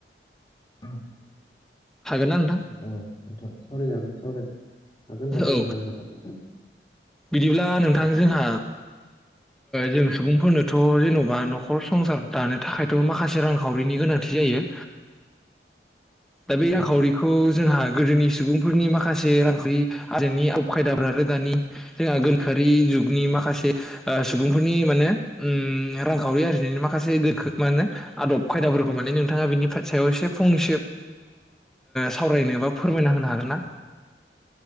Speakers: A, on the left; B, in the centre.
A: औ।
B: हागोन ना नोंथां
A: औ औ नोंथां सावराय जागोन सावराय जागोन हागोन
B: औ
A: नोंथां हागोन।
B: बिदिब्ला नोंथां
A: औ
B: जोंहा। जों सुबुंफोरनोथ जेनबा नखर संसार दानो थाखायथ माखासे रांखावरिनि गोनांथि। जायो। दा बे रांखावरिखौ
A: औ
B: जोंहा। गोदोनि सुबुंफोरनि माखासे रांखरि आदब खायदाफ्रा आरो दानि जोंहा गोनोखोयारि जुगनि माखासे सुबुंफोरनि माने ओ रांखावरि आरो माखा। माखासे गोखो
A: औ
B: मा होनो आदब खायदाफोरखौ माने नोंथाङा बिनि सायाव एसे फंनैसे। ओ सावरायनो बा फोरमायना होनो हागोन
A: औ
B: ना?
A: औ